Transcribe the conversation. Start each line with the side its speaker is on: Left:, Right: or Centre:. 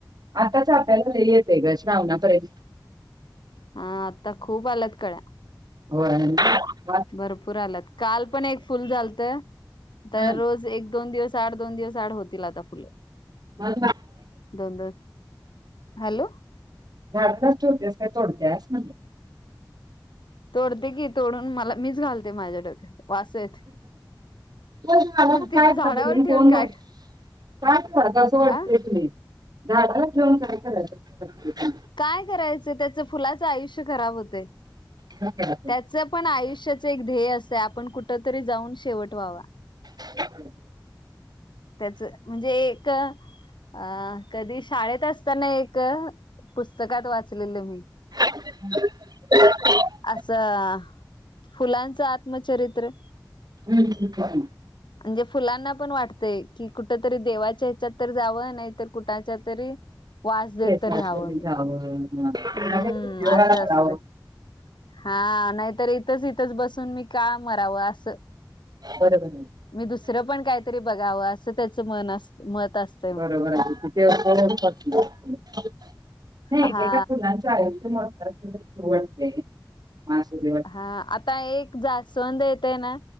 Right: आताच चाफ्याला लय येतेय ग श्रावणापर्यंत.
Left: हा आता खूप आल्यात कळ्या.
Right: हो
Left: भरपूर आलात काल पण एक फुल आलत तर
Right: हं
Left: रोज एक दोन दिवस आठ दोन दिवस. <unintelligible> होतील आता फु
Right: मग
Left: दोन दोन हॅलो
Right: भारतात थोडक्याच्या थोडक्यात
Left: तोडते की तोडून मला मीच घालते माझ्या डोक्यात. वासं येत
Right: आला
Left: मग तिथं
Right: काय करता
Left: झाडावर
Right: बघ
Left: ठेवून
Right: फोन
Left: काय
Right: ब काय क तसं वाटतंय
Left: अ
Right: की झाडालाच ठेवून काय करायच.
Left: काय करायचं त्याच फुलाचं आयुष्य खराब होतय.
Right: ह <unintelligible>
Left: त्याच पण आयुष्याच एक ध्येय असते आपण कुठ तरी जाऊन शेवट व्हावा.
Right: ह <unintelligible>
Left: त्याच म्हणजे एक अ कधी शाळेत अस त्यांना एक पुस्तकात वाचलेल मी.
Right: <unintelligible>
Left: असं फुलांच आत्मचरित्र‌.
Right: हम्म.
Left: म्हणजे फुलांना पण वाटतंय की कुठ तरी देवाच्या ह्याच्यात तर जावं नाही तर कुठच्या तरी वास देत
Right: केसातरी
Left: तरी राहावं
Right: जावं कोणाच्यातरी
Left: हम्म
Right: उपयोगाला
Left: असं
Right: पडावं
Left: असते. हा नाहीतर इथंच, इथंच बसून मी का मराव असं.
Right: बर बर.
Left: मी दुसरं पण काहीतरी बघावं असं त्याच मन अस मत असते.
Right: बरोबर आहे <unintelligible> तिथे नाहीेका
Left: हा
Right: एक, एका फुलांचं आयुष्य <unintelligible> होतं अस वाटते. असु दे
Left: हा आता एक जास्वंद येते ना